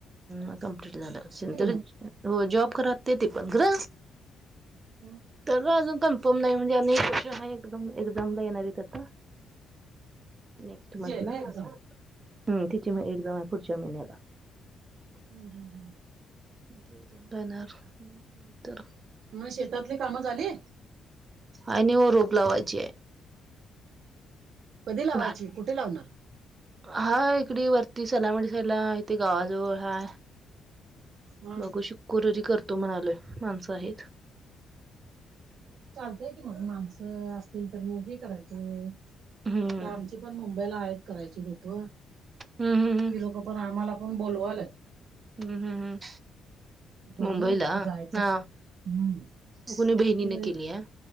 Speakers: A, on the right; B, on the right.
A: ह कमप्लीट झालंे तर
B: मग
A: हो जॉब क ते ते पण घर.
B: हम्म.
A: तर अजून कमपम नाही म्हणजे अनेक वष आहे एकदम एकदमला येणारी त्याता नेक्स्ट
B: तिची
A: मंथला
B: आहे का एक्झाम
A: हम् तिची एकदम आहे पुढच्या महिन्याला
B: हम् हम हम्
A: ते एगझा बॅनार नंतर.
B: मग शेतातली कामं झाली?
A: आणि व रोप लावायची आहे.
B: कधी लावायची
A: भात
B: कुठे लावणार.
A: हा इकडे वरती सलामणी सला इथे गावाजवळ हा
B: हा
A: बघू शुकुरवारी करतो म्हणालोय माणसं हायीत.
B: चालतय की मग माणसं असतील तर मग हे करायचं.
A: हम्म
B: आता आमची पण मुंबईला आहेत करायची रोप.
A: हम्म -हम्म हम्म
B: ती लोक पण आम्हाला पण बोलवाल्यात.
A: हम्म- हम्म -हम्म
B: बघू
A: मुंबईला,
B: जायचं
A: हा म
B: हम्म
A: कुणी बहिणीने
B: ते
A: केलीया.